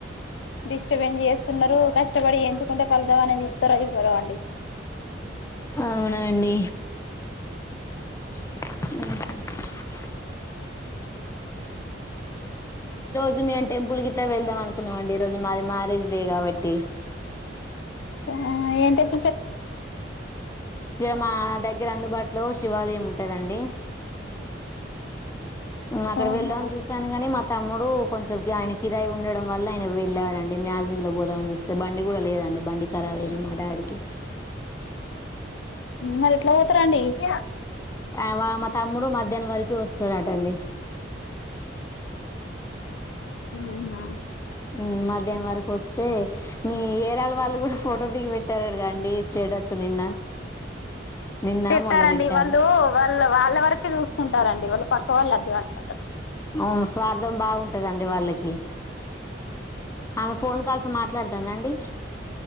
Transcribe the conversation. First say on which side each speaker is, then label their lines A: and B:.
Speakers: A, on the left; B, on the left.
A: డిస్టబెన్స్ చేస్తున్నరు కష్టపడి ఎంచుకుంటే ఫలితం అనేది ఇస్తారో ఇవ్వరో అండి
B: అవునండి ఉ హు జు మేము టెంపుల్ గిట్లా వెళ్దాం అనుకున్నాంమండి ఈ రోజు మాది మ్యారేజ్ డే కాబట్టి
A: ఆహ ఏ టెంప్
B: ఇగ మా దగ్గర అందుబాటులోష్ శివాలయం ఉంటదండి అక్కడ
A: అవునా
B: వెళ్దాం అని చూసాను కానీ మా త మ్ముడు కొంచెం కి ఆయనకి ఇదై ఉండడం వల్ల ఆయన వెళ్ళాడండి మ్యాజి లో పోదామని చూస్తే బండి కూడా లేదండి బండి ఖరాబ్ అయింది మా డాడీ ది
A: మరి నూతరండీ ఉ
B: ఆ, వా- మా తమ్ముడు మధ్యాహ్నం వరకు వస్తాడటండి
A: అవునా
B: ఊ మధ్యాహం వరకు వస్తే మీ ఏరాళ్ళ వాళ్ళు కూడా ఫోటోల్ దిగి పెట్టారుడుగాండి స్టేటస్ నిన్న నిన్న
A: పెట్టరండీ
B: మొన్న పెట్టారు
A: వాళ్ళు వాళ్ళల వరకే చూసుకుంటారండి వాళ్ళు పక్క వాళ్ళు వద్దు అనుకుంట
B: ఆ స్వార్థం బావుంటాది అండి వాళ్ళకి ఆమె ఫోన్ కాల్స్ మాట్లాడుతందండి